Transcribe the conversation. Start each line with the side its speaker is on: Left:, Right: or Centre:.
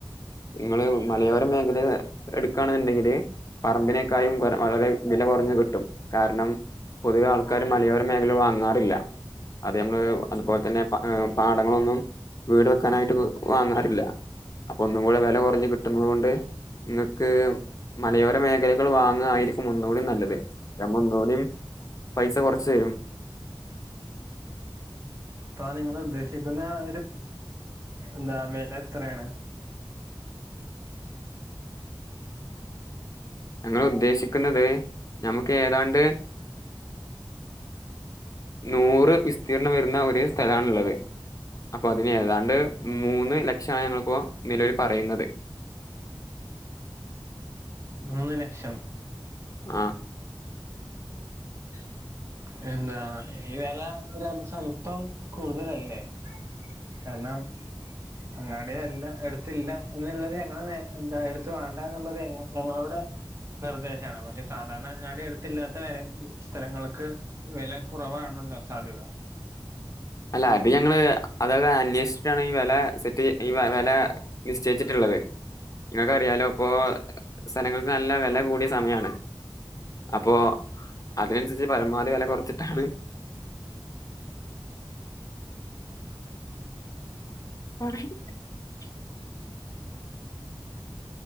Left: നിങ്ങള് മലയോര മേഖലേൽ എടുക്കാണ്ന്നുണ്ടെങ്കില് പറമ്പിനേക്കായും വളരെ വില കുറഞ്ഞ് കിട്ടും. കാരണം പൊതുവെ ആൾക്കാർ മലയോര മേഖല വാങ്ങാറില്ല അത് നമ്മള് അതുപോലെ തന്നെ പാടങ്ങളൊന്നും വീട് വെക്കാനായിട്ട് വാങ്ങാറില്ല. അപ്പൊ ഒന്നും കൂടെ വില കുറഞ്ഞു കിട്ടുന്നത് കൊണ്ട് ഇങ്ങക്ക് മലയോര മേഖലകൾ വാങ്ങായിരിക്കും ഒന്നുകൂടിം നല്ലത്. അതാകുമ്പം ഒന്നൂടിം പൈസ കൊറ് ച്ചെരും.
Right: താനിങ്ങൾ ഉദ്ദേശിക്കുന്ന ഒര് എന്താ വെല എത്രേണ്?
Left: ഞങ്ങൾ ഉദ്ദേശിക്കുന്നത് ഞമക്ക് ഏതാണ്ട് നൂറു വിസ്തീർ <unintelligible> വരുന്ന ഒരു സ്ഥലമാണ് ഉള്ളത് അപ്പൊ അതിന് ഏതാണ്ട് മൂന്നു ലക്ഷം ഞങ്ങളിപ്പോൾ നിലവിൽ പറയുന്നത്
Right: മൂന്ന് ലക്ഷം
Left: ആ
Right: <unintelligible> ഈ വില ഷോൽപം കൂടുതലല്ലേ കാരണം <unintelligible> ടുത്തില്ല <unintelligible> നിർദ്ദേശമാണ് കാരണം അങ്ങാടി അടുത്ത് ഇല്ലാത്ത <unintelligible> സ്ഥലങ്ങൾക്ക് വില കുറവാണല്ലോ സാധ്യത
Left: അല്ലാ അത് ഞങ്ങൾ അന്വേഷിച്ചിട്ടാണ് ഈ വില സെറ്റ് ഈ <unintelligible> വില നിശ്ചയിച്ചിട്ടുള്ളത് നിങ്ങൾക്കറിയാല്ലോ സ്ഥലങ്ങൾക്ക് നല്ല വിലകൂടിയ സമയാണ് അപ്പോ അതനുസരിച്ചി പരമാവധി വില കുറിച്ചിട്ടാണ് <unintelligible>